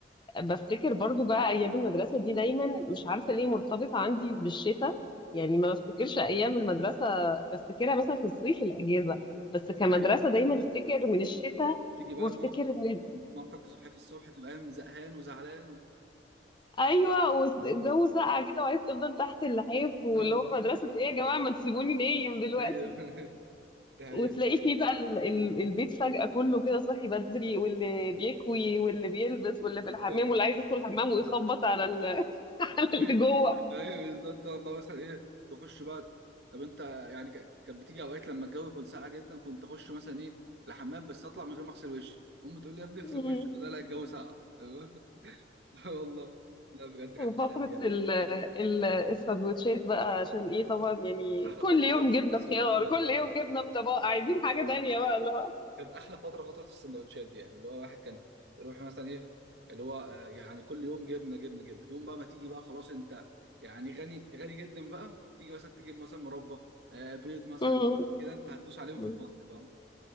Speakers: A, on the left (about 25°); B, on the right (about 65°).
A: بفتكر برضو بقى ايام المدرسه دي دايما مش عارفه ليه مرتبطه عندي بالشتاء يعني ما بفتكرش ايام المدرسه بفتكرها مثلا في الصيف الاجازه بس كمدرسه
B: ايوه
A: دايما
B: بالظبط.
A: افتكر من الشتاء
B: تيجي بقى
A: وافتكر
B: ماما
A: ان
B: مامتك تصحيك الصبح تبقى قايم زهقان وزعلان و...
A: ايوه وس- والجو ساقع كده وعايز تفضل تحت اللحاف واللي
B: ايوه
A: هو مدرسه ايه يا جماعه ما تسيبوني نايم دلوقتي
B: ايوه <laughs> ده هي
A: وتلاقي فيه بقى ال- ال- البيت فجأة كله كده صاحي بدري واللي بيكوي واللي بيلبس واللي
B: بالظبط
A: في الحمام واللي عايز يدخل الحمام ويخبط على ال- <laughs> على
B: ايوه
A: اللي جوه
B: ايوه بالظبط تقعد بقى مثلا ايه تخش بقى طب انت يعني ك- كانت بتيجي اوقات لما الجو يكون ساقع جدا كنت اخش مثلا ايه الحمام بس اطلع من غير ما اغسل وشي امي تقول لي يا ابني اغسل
A: مم.
B: وشك لا لا الجو ساقع <laughs> لا والله لا بجد
A: وفقرة
B: كانت احلى ايام
A: ال- ال- السندوتشات بقى عشان ايه طبعا يعني
B: احلى
A: كل
B: فتره
A: يوم
B: هي فتره
A: جبنة
B: السندوتشات
A: بخيار كل
B: دي
A: يوم جبنة بطباق عايزين حاجة
B: أيوه.
A: تانية بقى اللي هو
B: كانت احلى فتره فتره السندوتشات دي يعني اللي هو الواحد كان يروح مثلا ايه اللي هو آه، يعني كل يوم جبنه جبنه جبنه يوم بقى ما تيجي بقى خلاص انت يعني غني غني جدا بقى تيجي مثلا تجيب مثلا مربى آه، بيض مثلا
A: مم.
B: كده انت هتدوس عليهم
A: مم.
B: في الفصل فاهم